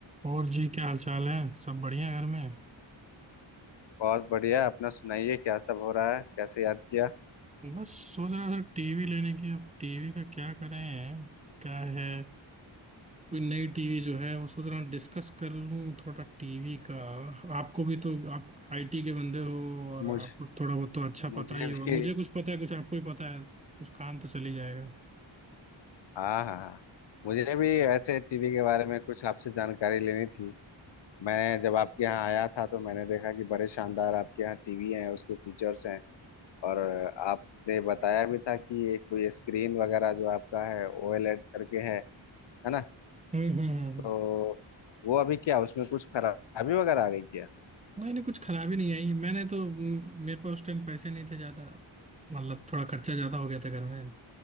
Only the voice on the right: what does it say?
और जी क्या हाल चाल है सब बढ़िया है घर में
बस सोच रहा था टीवी लेने की अब टीवी का क्या करें क्या है कोई नई टीवी जो है वो सोच रहा हूँ डिस्कस कर लूँ थोड़ा टीवी का आपको भी तो आप आईटी के बंदे हो और
आपको थोड़ा बहुत तो अच्छा
पता ही होगा
मुझे कुछ पता है कुछ आपको ही पता है कुछ काम तो चल ही जाएगा
हम्म हम्म हम्म।
नहीं नहीं कुछ खराबी नहीं आई मैंने तो म, मेरे पास उस टाइम पैसे नहीं थे ज्यादा मतलब थोड़ा खर्चा ज्यादा हो गया था घर में